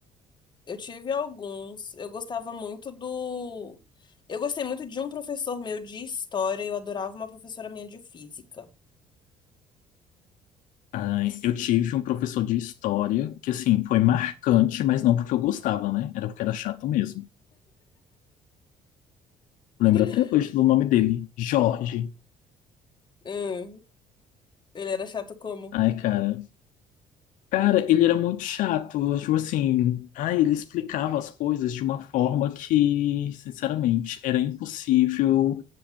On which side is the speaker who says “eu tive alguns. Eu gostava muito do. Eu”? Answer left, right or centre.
Left